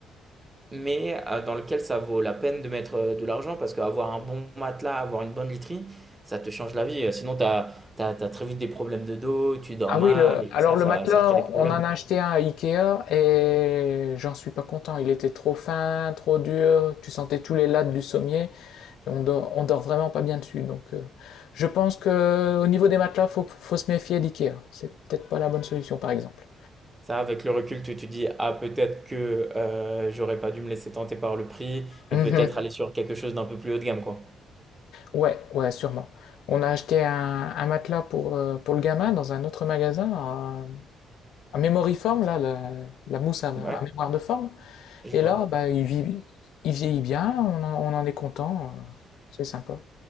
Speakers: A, on the right; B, on the left.
A: mais euh, dans lequel ça vaut la peine de mettre euh, de l'argent parce qu'avoir un bon matelas, avoir une bonne literie, ça te change la vie. Sinon, tu as, très vite des problèmes de dos, tu dors
B: Ah
A: mal
B: oui, le,
A: et
B: alors
A: ça,
B: le
A: ça,
B: matelas,
A: ça crée des problèmes.
B: on en a acheté un à Ikea et j'en suis pas content. Il était trop fin, trop dur. Tu sentais tous les lattes du sommier. On dort, on dort vraiment pas bien dessus. Donc, euh, je pense que au niveau des matelas, faut, faut se méfier d'Ikea. C'est peut-être pas la bonne solution, par exemple.
A: Ça, avec le recul, tu te dis: «Ah peut-être que, heu, j'aurais pas dû me laisser tenter par le prix et
B: Mhm.
A: peut-être aller sur quelque chose d'un peu plus haut de gamme», quoi.
B: Ouais, ouais, sûrement. On a acheté un, un matelas pour, euh, pour le gamin dans un autre magasin, à, à Mémoriforme, là, la, la mousse à, à
A: Ouais,
B: mémoire de forme.
A: je
B: Et
A: vois.
B: là, bah, il, vit, il vieillit bien, on en, on en est content, euh, c'est sympa.